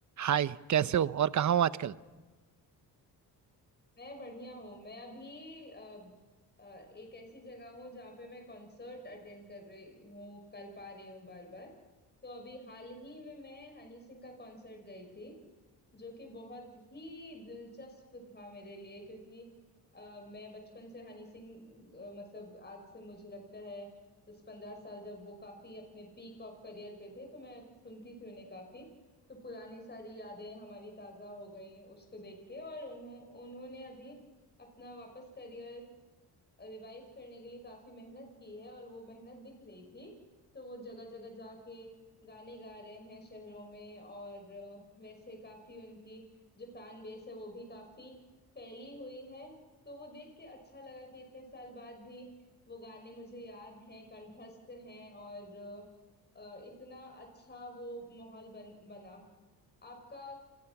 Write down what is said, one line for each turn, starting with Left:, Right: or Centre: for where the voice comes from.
Right: हाय कैसे हो और कहाँ हो आजकल
Left: मैं बढ़िया हूँ मैं अभी अ, अ, एक ऐसी जगह हूँ जहाँ पे मैं कॉन्सर्ट अटेंड कर रही हूँ कर पा रही हूँ बार बार तो अभी हाल ही में मैं हनी सिंह का कॉन्सर्ट गई थी जो कि बहुत ही दिलचस्प था मेरे लिए क्योंकि अ, मैं बचपन से हनी सिंह अ, मतलब आज से मुझे लगता है दस पंद्रह साल जब वो काफी अपने पीक ऑफ करियर पे थे तो मैं सुनती थी उन्हें काफी तो पुरानी सारी यादें हमारी ताजा हो गई उसको देख के और उन्हों उन्होंने अभी अपना वापस करियर रिवाइव करने के लिए काफी मेहनत की है और वो मेहनत दिख रही थी तो वो जगह जगह जाके गाने गा रहे हैं शहरों में और अ, वैसे काफी उनकी जो फैन बेस है वो भी काफी फैली हुई है तो वो देख के अच्छा लगा कि इतने साल बाद भी वो गाने मुझे याद हैं कंठस्थ हैं और अ, अ, इतना अच्छा वो माहौल बन बना आपका